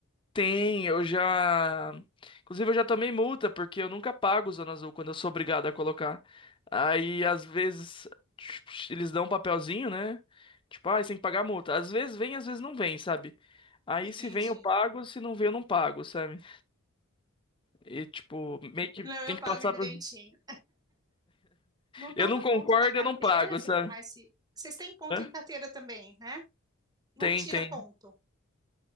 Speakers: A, on the left; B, on the right.
A: Tem, eu já. Inclusive, eu já tomei multa, porque eu nunca pago o Zona Azul quando eu sou obrigado a colocar. Aí, às vezes, tipo, eles dão um papelzinho, né? Tipo, ah, você tem que pagar a multa. Às vezes vem, às vezes não vem, sabe? Aí,
B: Entendi.
A: se vem, eu pago, se não vem, eu não pago, sabe? E, tipo, meio que
B: Não, eu
A: tem
B: pago
A: que passar
B: direitinho.
A: por. <laughs>
B: Não toma
A: Eu não concordo,
B: ponto da carteira,
A: eu não pago,
B: você
A: sabe?
B: tomar esse. Vocês têm ponto
A: Hã?
B: em carteira também, né? Não
A: Tem,
B: tira
A: tem.
B: ponto.